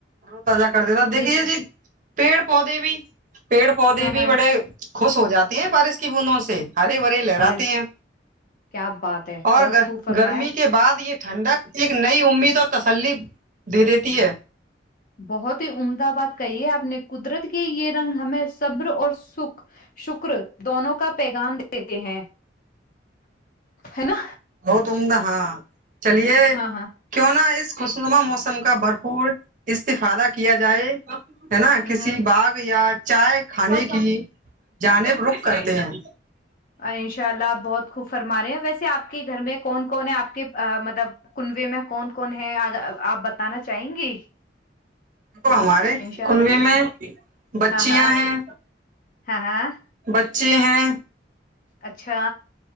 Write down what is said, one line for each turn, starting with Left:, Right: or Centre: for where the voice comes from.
Right: رو تازہ کر دتا دیکھیے
Left: یہ
Right: جی پیڑ پودے بھی پیڑ پودے
Left: ہاں
Right: بھی
Left: ہاں
Right: بڑے خوش ہو جاتی ہیں بارش کی بندوں سے ہریے بھرے لہراتے
Left: ارے
Right: ہیں
Left: کیا بات ہے
Right: اور
Left: بہت
Right: گ
Left: خوب فرمایا
Right: گرمی کے بعد یہ ٹھنڈک ایک نئی امید اور تسلی دے دیتی ہے
Left: بہت ہی عمدہ بات کہی ہے آپ نے قدرت کی کہ یہ رنگ ہمیں صبر اور سکھ شکر دونوں کا پیغام دیتے ہیں ہے نا
Right: بہت عمدہ ہاں چلیے
Left: ہاں ہاں
Right: کیوں نہ اس خشنما موسم کا بھرپور استفادہ کیا جائے ہے نا
Left: ہ
Right: کسی
Left: ہ
Right: باغ یا چائے کھانے کی جانب رخ کرتے ہیں
Left: انشاء اللہ آپ بہت خوب فرما رہے ہیں ویسے آپ کے گھر میں کون کون ہے آپ کے مطلب کنوے میں کون کون ہے آپ بتانا چاہیں گی
Right: دیک ہمارے
Left: انشاء
Right: کنوے
Left: اللہ
Right: میں بچیاں
Left: ہاں ہاں
Right: ہیں
Left: ہاں ہاں
Right: بچے ہیں
Left: اچھا